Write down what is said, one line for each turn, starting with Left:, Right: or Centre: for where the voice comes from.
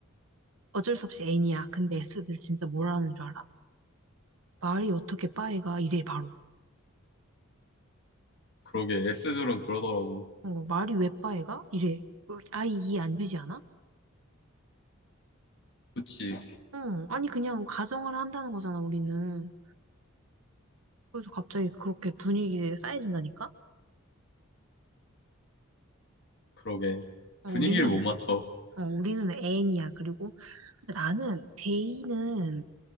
Right: 어쩔 수 없이 N이야. 근데 S들 진짜 뭐라는 줄 알아? 말이 어떻게 바에 가? 이래, 바로.
Left: 그러게, S들은 그러더라고.
Right: 어, 말이 왜 바에 가? 이래. 어, 아예 이해 안 되지 않아?
Left: 그치,
Right: 응, 아니, 그냥 가정을 한다는 거잖아, 우리는. 그래서 갑자기 그렇게 분위기에 쌓여진다니까?
Left: 그러게.
Right: 어,
Left: 분위기를
Right: 우리는
Left: 못 맞춰.
Right: 어, 우리는 N이야. 그리고 나는 J는